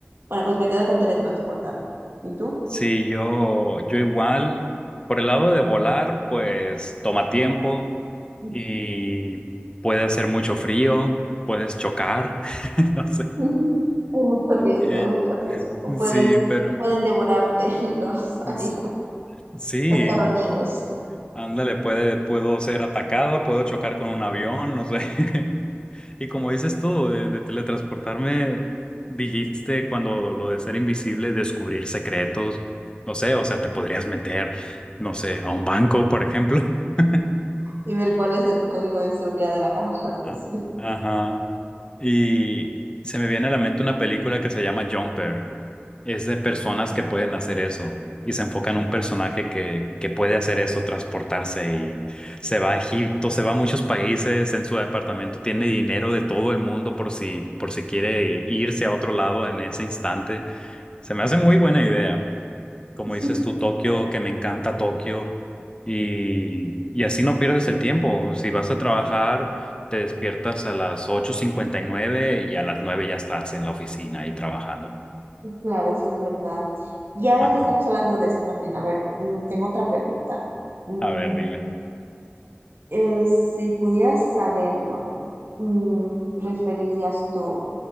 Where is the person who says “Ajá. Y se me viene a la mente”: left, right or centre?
Left